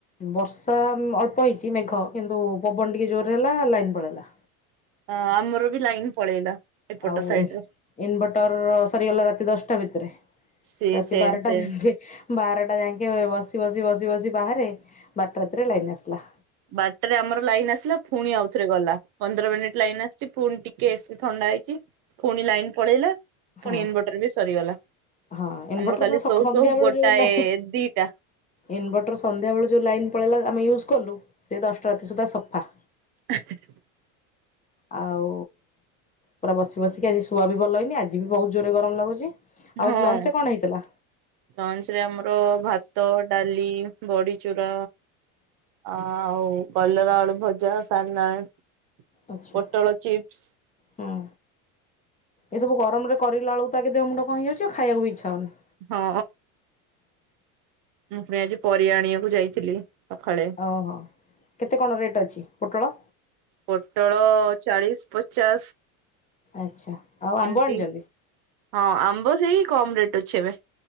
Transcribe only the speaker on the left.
ବର୍ଷା ମୁ ଅଳ୍ପ ହେଇଛି ମେଘ କିନ୍ତୁ ପବନ ଟିକେ ଜୋରେ ହେଲା ଲାଇନ ପଳେଇଲା।
ଆଉ
ଇନଭଟର ସରିଗଲା ରାତି ଦଶଟା ଭିତରେ।
ରାତି
ବାରଟା
ଯାଙ୍କେ ବାରଟା ଯାଇକେଁ ବସି ବସି ବସି ବସି ବାହାରେ ବାରଟା ରାତିରେ ଲାଇନ ଆସିଲା।
ହଁ
ହଁ ଇନଭର୍ଟର
ତ
ସକ
ସନ୍ଧ୍ୟା ବେଳୁ
ଯୋଉ ଲାହିଁ
ଇନଭର୍ଟର ସନ୍ଧ୍ୟାବେଳୁ ଯେଉଁ ଲାଇନ୍ ପଳେଇଲା ଆମେ ୟୁଜ୍ କଲୁ ସେ ଦଶଟା ରାତି ସୁଦ୍ଧା ସଫା।
ଆଉ ପୁରା ବସି ବସିକି ଆଜି ଶୁଆ ବି ଭଲ ହେଇନି ଆଜି ଜି ବି ବହୁତ ଜୋରେ ଗରମ ଲାଗୁଛି।
ଆଉ ଆଜି ଲଞ୍ଚ ରେ କଣ ହେଇଥିଲା?
ଆଚ୍ଛା
ହୁଁ ଏସବୁ ଗରମରେ କରିଲା ବେଳକୁ ତ ଆଗେ ଦେହ ମୁଣ୍ଡ କଣ ହେଇ ଯାଉଛି ଆଉ ଖାଇ ବାକୁ ବି ଇଚ୍ଛା ହଉନି।
ଅ ହ କେତେ କଣ ରେଟ୍ ଅଛି ପୋଟଳ।
ଆଚ୍ଛା ଆଉ ଆମ୍ବ
ଆଣିଛନ୍ତି।